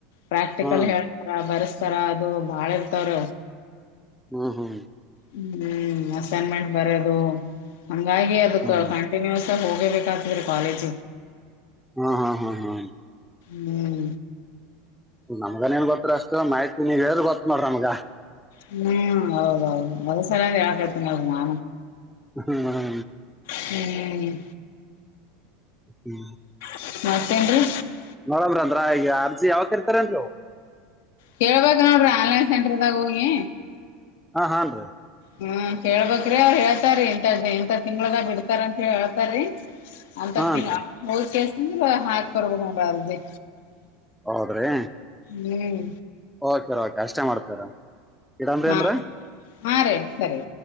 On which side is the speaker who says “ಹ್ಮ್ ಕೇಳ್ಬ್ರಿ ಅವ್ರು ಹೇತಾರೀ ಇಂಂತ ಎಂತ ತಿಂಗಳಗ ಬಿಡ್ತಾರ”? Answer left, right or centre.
Left